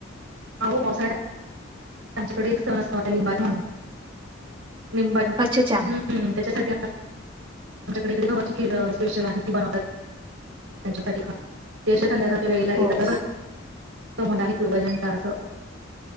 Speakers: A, on the right; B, on the right.
A: अं हो पावसाळ्यांत आमच्याकडे एक संण असतोला लिंबात म्हणूंन लिंबात
B: अच्छा अच्छा
A: हं त्यांच्यासाठी आमच्यांकडे इकडे वाची खं स्पेशल आहे ती बनवतांत त्यांच्यासाठी खांस ज्येष्ठ संदर्काच्या वेळेलां येतं
B: हो का
A: तसं म्हंटली पूर्वजनतां असं